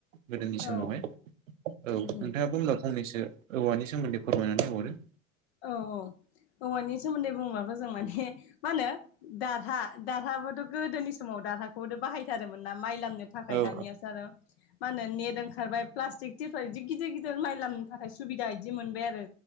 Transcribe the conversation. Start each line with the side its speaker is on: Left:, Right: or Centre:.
Right: गोदोनि
Left: औ
Right: समावहाय औ नोंथाङा
Left: उम उम
Right: बुंलाव फंनैसो <inaudible> औवानि सोमोन्दै फोरमायनानै हरो।
Left: औ औ औवानि सोमोन्दै बुंब्लाबो जों माने मा होनो दाहा दाहाबोथ' गोदोनि समाव दाहाखौथ' बाहायथारोमोन ना। माइ लामनो थाखाय
Right: औ
Left: दानियासो आरो मा होनो नेट ओंखारबाय प्लास्टिकथ <inaudible> बिदि गिदिर गिदिर माइ लाम थाखाय सुबिदा बिदि मोनबाय आरो।